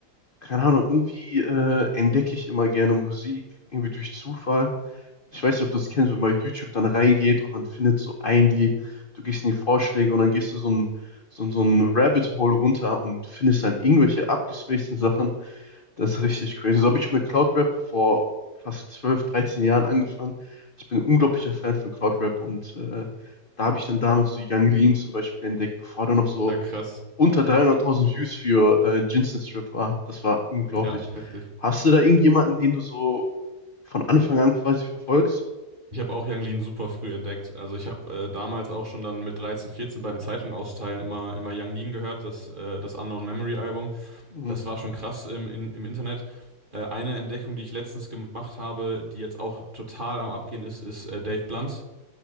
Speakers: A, on the left; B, on the right.
A: keine Ahnung, irgendwie äh, entdecke ich immer gerne Musik, irgendwie durch Zufall. Ich weiß nicht, ob du das kennst, wenn man bei YouTube dann reingeht und man findet so ein Lied, du gehst in die Vorschläge und dann gehst du so ein, so ein, so ein Rabbit Hole runter und findest dann irgendwelche abgespaceden Sachen. Das ist richtig crazy. So habe ich mit Cloud Rap vor fast 12, 13 Jahren angefangen. Ich bin ein unglaublicher Fan von Cloud Rap und äh, da habe ich dann damals so Young Lean zum Beispiel entdeckt, bevor der noch so
B: Ja, krass.
A: unter 300.000 Views für äh, Jinsen Strip war. Das war unglaublich.
B: Ja, Heftig.
A: Hast du da irgendjemanden, den du so von Anfang an quasi verfolgst?
B: Ich habe auch Yang Lean super früh entdeckt. Also ich habe äh, damals auch schon dann mit 13, 14 beim Zeitung austeilen immer, immer Yang Lean gehört, das, äh, das Unknown Memory Album.
A: Mhm.
B: Das war schon krass im, in, im Internet. Äh, eine Entdeckung, die ich letztens gemacht habe, die jetzt auch total am Abgehen ist, ist äh, Dave Blunt.